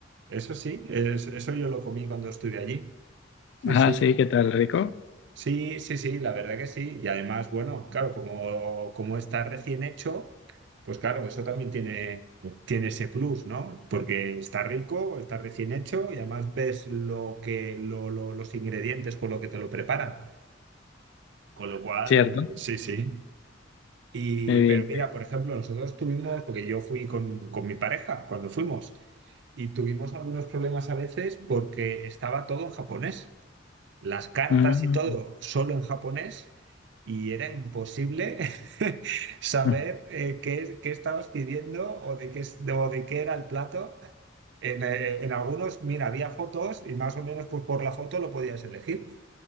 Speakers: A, on the right (about 60°); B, on the left (about 65°).
A: Eso sí, es- eso yo lo comí cuando estuve allí. Sí,
B: Ah,
A: sí.
B: sí, qué tal, rico,
A: Sí, sí, sí, la verdad que sí. Y además, bueno, claro, como, como está recién hecho, pues claro, eso también tiene, tiene ese plus, ¿no? Porque está rico, está recién hecho y además ves lo que, lo- lo- los ingredientes con lo que te lo preparan. Con lo cual,
B: ¿cierto?
A: sí, sí. Y,
B: Qué bien.
A: pero mira, por ejemplo, nosotros tuvimos, porque yo fui con, con mi pareja cuando fuimos, y tuvimos algunos problemas a veces porque estaba todo en japonés las cartas
B: Mm,
A: y todo solo en japonés y era imposible <laughs> saber
B: mm,
A: eh, qué, qué estabas pidiendo o de qué, es- o de qué era el plato. En, eh, en algunos, mira, había fotos y más o menos pues, por la foto lo podías elegir,